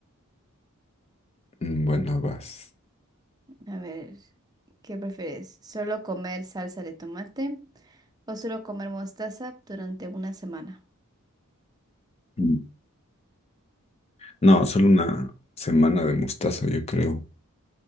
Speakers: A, on the left; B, on the right.
A: Mm, Bueno, vas.
B: A ver, ¿qué prefieres? ¿Solo comer salsa de tomate o solo comer mostaza durante una semana?
A: Mm. No, solo una semana de mostaza, yo creo.